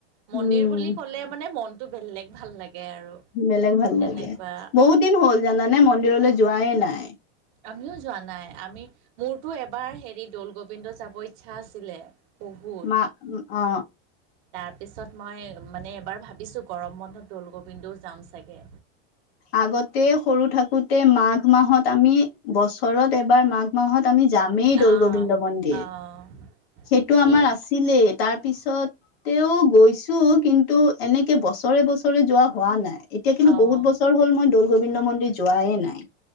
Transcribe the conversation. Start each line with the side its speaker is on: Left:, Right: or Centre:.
Left: উম
Right: মন্দিৰ বুলি ক'লে মানে, মনটো বেলেগ ভাল লাগে। আৰু
Left: বেলেগ ভাল
Right: তেনেকুৱা।
Left: লাগে, বহুত দিন হ'ল জানানে মন্দিৰলৈ যোৱাই নাই।
Right: আমিও যোৱা নাই, আমি মোৰতো এবাৰ হেৰি দৌল গোবিন্দ যাব ইচ্ছা আছিলে। বহুত।
Left: মা অ।
Right: তাৰপিছত মই মানে এবাৰ ভাবিছোঁ, গৰম বন্ধত দৌল গোবিন্দও যাম চাগে।
Left: আগতে সৰু থাকোতে মাঘ মাহত আমি, বছৰত এবাৰ মাঘ মাহত আমি যামেই দল
Right: অ'
Left: গোবিন্দ মন্দিৰ।
Right: অ'
Left: সেইটো
Right: সেই
Left: আমাৰ আছিলেই, তাৰপিছত তেও গৈছো কিন্তু এনেকে বছৰে বছৰে যোৱা হোৱা নাই, এতিয়া কিন্তু
Right: অ'
Left: বহুত বছৰ হ'ল মই দৌল গোবিন্দ মন্দিৰ যোৱাই নাই।